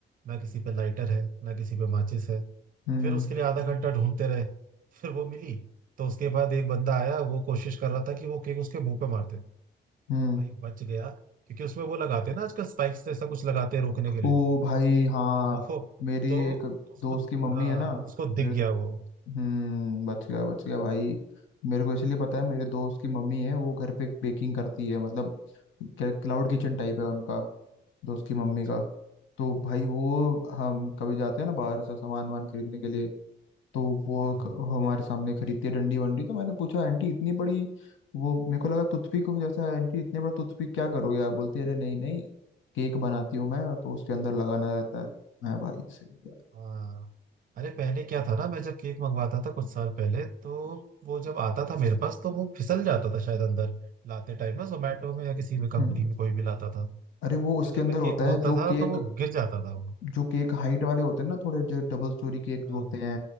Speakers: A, on the right; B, on the left.
A: ना किसी पे लाइटर है ना किसी पे माचिस है
B: हम्म
A: फिर उसके लिए आधा घंटा ढूंढते रहे फिर वो मिली तो उसके बाद एक बंदा आया वो कोशिश कर रहा था कि वो केक उसके मुंह पे मारते
B: हम्म
A: भाई बच गया क्योंकि उसमें वो लगाते हैं ना आजकल स्पाइक्स जैसा कुछ लगाते हैं रोकने के लिए
B: ओ भाई हाँ
A: तो वो
B: मेरी
A: तो
B: एक
A: उसको
B: दोस्त की मम्मी
A: हाँ
B: है ना
A: उसको दिख
B: मेरे
A: गया वो
B: हम्म बच गया बच गया भाई मेरे को इसलिए पता है मेरे दोस्त की मम्मी है वो घर पे बेकिंग करती है मतलब क्या क्लाउड किचन टाइप है उनका दोस्त की मम्मी
A: अच्छा
B: का तो भाई वो हम कभी जाते हैं ना बाहर से सामान वामान खरीदने के लिए तो वो
A: हाँ।
B: क- हमारे सामने खरीदती है डंडी वंडी तो मैंने पूछा आंटी इतनी बड़ी वो मेरे को लगा टूथपिक हो जैसा है आंटी इतने बड़ा टूथपिक क्या करोगे आप बोलती है, अरे नहीं नहीं केक बनाती हूँ मैं तो उसके अंदर लगाना रहता है मैं भाई सही यार
A: हाँ अरे पहले क्या था ना मैं जब केक मंगवाता था कुछ साल पहले तो वो जब आता था मेरे पास तो वो फिसल जाता था शायद अंदर लाते टाइम ना जोमेटो में या किसी भी कंपनी
B: हम्म
A: में कोई भी लाता था
B: अरे वो उसके
A: तो जब
B: अंदर
A: मैं केक
B: होता
A: खोलता
B: है जो
A: था
B: केक
A: तो वो गिर जाता था वो
B: जो केक हाइट वाले होते हैं ना थोड़े जो डबल स्टोरी केक जो
A: हाँ
B: होते हैं